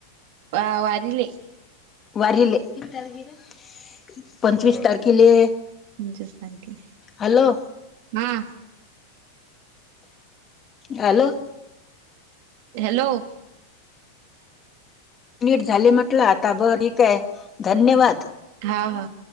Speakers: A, on the right; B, on the left.
A: वा वारीले.
B: वारीले <inaudible> पंचवीस तारखेले.
A: पंचवीस तारखेले
B: हॅलो
A: ह.
B: हॅलो.
A: हॅलो.
B: मिनिट झाले म्हटलं आता बर ठीक आहे धन्यवाद.
A: हा हा